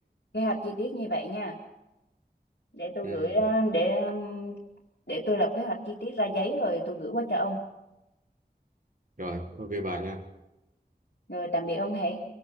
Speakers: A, on the left (about 80°); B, on the right (about 50°).
A: kế hoạch chi tiết như vậy nha. Để tôi
B: ừ.
A: gửi à, để ừm, để tôi lập kế hoạch chi tiết ra giấy rồi tôi gửi qua cho ông.
B: rồi ok bà nha
A: Rồi tạm biệt ông Hệ.